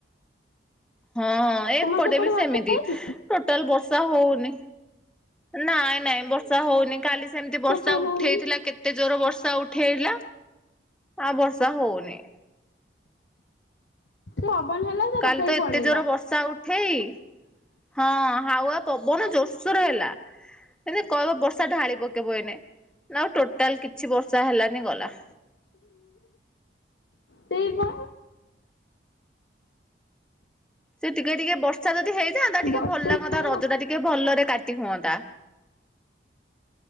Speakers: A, in the centre; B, on the left (about 70°).
A: ହଁ ଏପଟେ
B: ତମର ସେପଟେ
A: ବି
B: ବର୍ଷା
A: ସେମିତି।
B: ହଉଛି?
A: ଟୋଟାଲ ବର୍ଷା ହଉନି ନାଇଁ ନାଇଁ ବର୍ଷା ହଉନି। କାଲି ସେମିତି ବର୍ଷା
B: ତ
A: ଉଠେଇଥିଲା
B: ହଉନି।
A: କେ ତେ ଜୋର ବର୍ଷା ଉଠେଇଲା ଆଉ ବର୍ଷା ହଉନି।
B: ହବନି ହେଲା। ସେ
A: କାଲି
B: ବର୍ଷା ବି
A: ତ ଏତେ
B: ପଳେଇଲା
A: ଜୋର ବର୍ଷା ଉଠେଇ ହଁ ହାୱା ପବନ ଜୋରସୋରେ ହେଲା। ଏଇନେ କହିବ ବର୍ଷା ଢାଳି ପକେଇବ ଏଇନେ ନା ଆଉ ଟୋଟାଲ କିଛି ବର୍ଷା ହେଲାନି ଗଲା।
B: ସେଇପା।
A: ସେ ଟିକେ ଟିକେ ବର୍ଷା ଯଦି ହେଇଯାନ୍ତା ଟିକେ
B: ବର୍ଷା
A: ଭଲ ଲାଗନ୍ତା
B: ହେଲେ
A: ରଜ ଟା ଟିକେ ଭଲରେ କାଟି ହୁଅନ୍ତା।